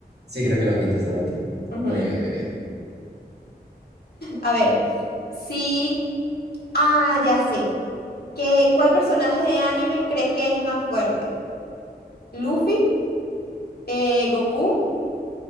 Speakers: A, on the right; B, on the left.
A: Sí, creo que Longuito es la última.
B: Ujú.
A: Muy bien, muy bien.
B: A ver, sí, ah, ya sé. ¿Qué, cuál personaje de anime crees que es más fuerte? ¿Luffy? Eh, ¿Goku?